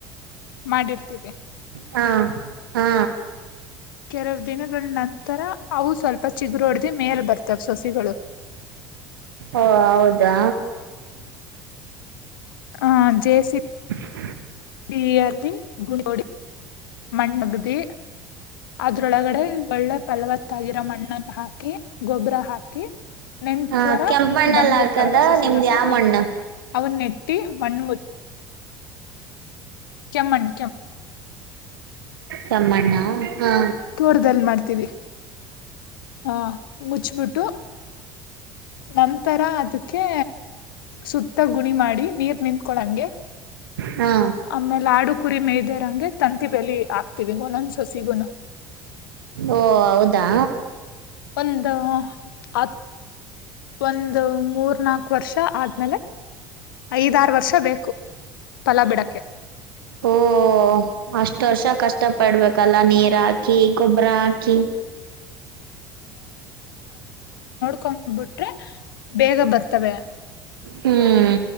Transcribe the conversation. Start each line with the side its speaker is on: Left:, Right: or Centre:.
Left: ಮಾಡಿರ್ತೀವಿ
Right: ಹಾ ಹಾ
Left: ಕೆಲವು ದಿನಗಳ ನಂತರ ಅವು ಸ್ವಲ್ಪ ಚಿಗರು ಹೊಡ್ದ್ ಮೇಲ್ ಬರ್ತಾವ್ ಸಸಿಗಳು <unintelligible>
Right: ಓ ಹೌದಾ
Left: ಹ ಜೇ ಸಿ
Right: ಹಾ <unintelligible>
Left: ಇಯಲ್ಲಿ ಗೋಡಿ ಮಣಗ್ದಿ ಅದ್ರೊಳಗಡೆ ಒಳ್ಳೆ ಫಲವತ್ತ ಆಗಿರ ಮಣ್ಣನ್ನು ಹಾಕ ಹಾಕಿ ಗೊಬ್ಬ್ರ ಹಾಕಿ ನೆಂತರ
Right: ಹ ಕೆಂಪು ಮಣ್ಣಲ್ಲಿ
Left: ಬಂದಿರ್ತವಲ್ಲ
Right: ಹಾಕದ
Left: ಸಸಿಗಳನ್ನ
Right: ನಿಮ್ದ್ ಯಾವ ಮಣ್ಣು
Left: ಅವರುನ್ನೆತ್ತಿ ಮಣ್ಣ ಚೆಮ್ಮನ್
Right: ತಮ್ಮಣ್ಣ ಹಾ
Left: ತೋಟ್ದಲಿ ಮಾಡ್ತೀವಿ ಹಾ ಮುಚ್ಬಿಟ್ಟು ನಂತರ ಅದಕ್ಕೆ ಸುತ್ತ ಗುಣಿ ಮಾಡಿ ನೀರ್ ನಿತ್ಕೊಳಂಗೆ
Right: ಹಾ
Left: ಆಮೇಲೆ ಆಡು ಕುರಿ ಮೇಯ್ದರಂಗೆ ತಂತಿ ಬೆಲಿ ಆಗ್ತಿವಿ ಒಲೊಂದಸಸಿಗುನು
Right: ಓ ಹೌದಾ
Left: ಒಂದ್ ಹತ್ ಒಂದು ಮೂರ್ನಾಕ್ ವರ್ಷ ಆ ಮೇಲೆ ಐದಾರು ವರ್ಷ ಬೇಕು ಫಲ ಬಿಡಕೆ.
Right: ಓ ಅಷ್ಟ್ ವರ್ಷ ಕಷ್ಟ ಪಡ್ಬೇಕಲ್ಲ ನೀರ್ ಹಾಕಿ ಗೊಬ್ಬರ ಹಾಕಿ.
Left: <unintelligible> ಕೊಂಡ್ ಬಿಟ್ರೆ ಬೇಗ ಬರ್ತವೆ.
Right: ಹ್ಮ್